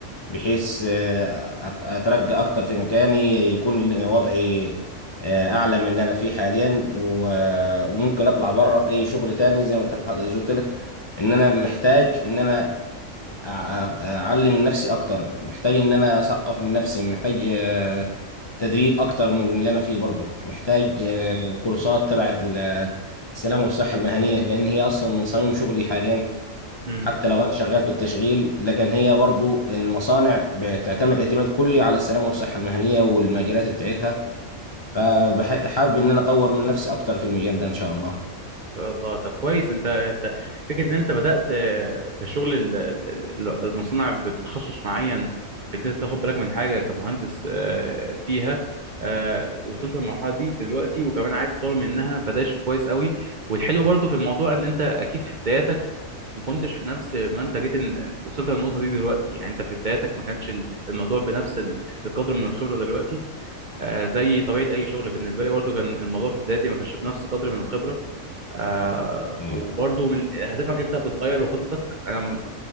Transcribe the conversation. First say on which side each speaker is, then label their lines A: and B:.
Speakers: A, on the left; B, on the right.
A: بحيث آه، أت- اترقى اكتر في مكاني يكون وضعي آه، اعلى من اللي انا فيه حاليا و- آه، وممكن اطلع بره في اي شغل تاني زي ما قلت زي ما قلت لك ان انا محتاج ان انا أع- أع- اعلم من نفسي اكتر محتاج ان انا اثقف من نفسي محتاج آه، تدريب اكتر من اللي انا فيه برضه محتاج آه، كورسات تبع ال- آه، السلامه والصحه المهنيه لان هي اصلا من صميم شغلي حاليا
B: امم
A: حتى لو انا شغال في التشغيل لكن هي برضه المصانع بتعتمد اعتماد كلي على السلامه والصحه المهنيه والمجالات بتاعتها فحابب ان انا اطور من نفسي اكتر في المجال ده ان شاء الله
B: شاء الله طب كويس انت انت فكره ان انت بدات آه، في شغل ال- ال- ال- المصنع ب- بتخصص معين في ان انت تاخد بالك من حاجه كمهندس آه، فيها آه، وصلت للمرحله دي دلوقتي وكمان عايز تطور منها فده شيء كويس قوي والحلو برضو في الموضوع ان انت اكيد في بداياتك ما كنتش في نفس ما انت جيت ان- إن وصلت للنقطه دي دلوقتي يعني انت في بداياتك ما كانش ال- الموضوع بنفس ال- القدر من الخبره دلوقتي آه، زي طبيعه اي شغل بالنسبه لي برضو كان الموضوع في بدايتي ما كانش بنفس قدر من الخبره آه
A: نعم.
B: وبرضو من هدفك انت هتتغير وخططك انا م-